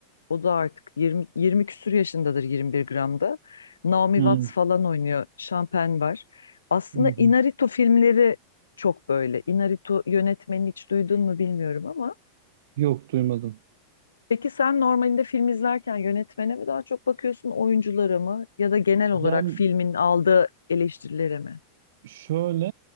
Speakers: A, on the left (about 70°); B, on the right (about 55°).
A: o da artık 20, 20 küsur yaşındadır 21 gramda. Naomi
B: Hmm,
A: Watts falan oynuyor. Şampen var. Aslında
B: hı hı.
A: Inarritu filmleri çok böyle. Inarritu yönetmeni hiç duydun mu bilmiyorum ama.
B: Yok duymadım.
A: Peki sen normalinde film izlerken yönetmene mi daha çok bakıyorsun oyunculara mı ya da genel olarak
B: Yani
A: filmin aldığı eleştirilere mi?
B: şöyle